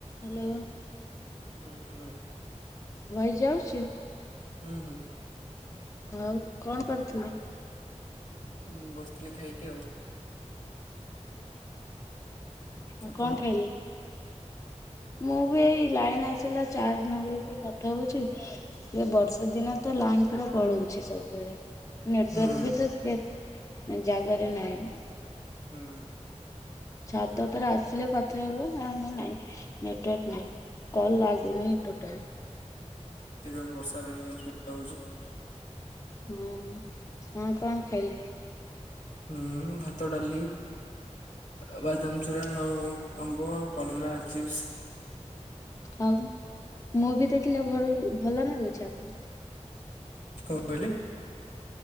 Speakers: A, on the left (about 25°); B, on the left (about 85°).
A: Hello.
B: ହୁଁ hello.
A: Voice ଯାଉଚି?
B: ହୁଁ- ହୁଁ।
A: ଆଉ କଣ କରିଥିଲେ?
B: ଉଁ- ବସିଥିଲି ଖାଇକି ଆଉ।
A: ଆଉ
B: ଆପଣ?
A: କଣ ଖାଇଲେ? ମୁଁ ବି ଏଇ ଲାଇନ୍ ଆସିଲା ଚାର୍ଜ ନଗେଇକି କଥା ହଉଚି। ସେ ବର୍ଷା ଦିନ ତ ଲାଇନ୍ ପୁରା ପଳଉଚି ସବୁବେଳେ। ନେଟୱାର୍କ୍
B: ହୁଁ
A: ବି ତ ସେ ଜାଗାରେ ନାହିଁ।
B: ହୁଁ।
A: ଛାତ ଉପରେ ଆସିଲେ କଥା ହେବ ନ ହେଲେ ନାଇଁ ନେଟୱାର୍କ ନାଇଁ। କଲ୍ ଲାଗୁନି ଟୋଟାଲ୍।
B: ଏଇ ବା ବର୍ଷା ପାଇଁ ଅସୁବିଧା ହଉଚି।
A: ହୁଁ କଣ କଣ ଖାଇଲେ?
B: ହୁଁ ଭାତ, ଡାଲି ଆଉ ବାଦାମ୍ ଚୁରା ଆଉ ଆମ୍ବ ଆଉ କଲରା ଚିପ୍ସ୍।
A: ଆଉ ମୁଭି ଦେଖିଲେ ଭଲ୍- ଭଲ ନାଗୁଚି ଆପଣଙ୍କୁ?
B: କଣ କହିଲେ?